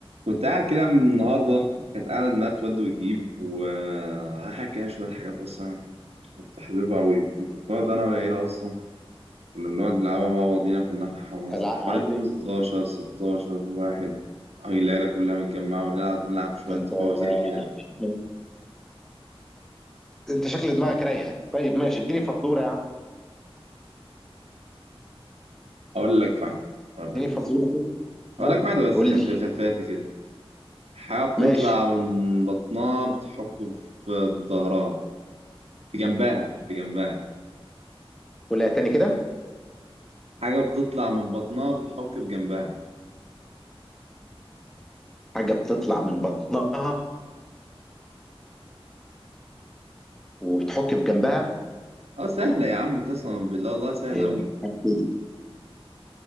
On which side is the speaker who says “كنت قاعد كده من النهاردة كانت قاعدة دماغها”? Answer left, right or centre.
Right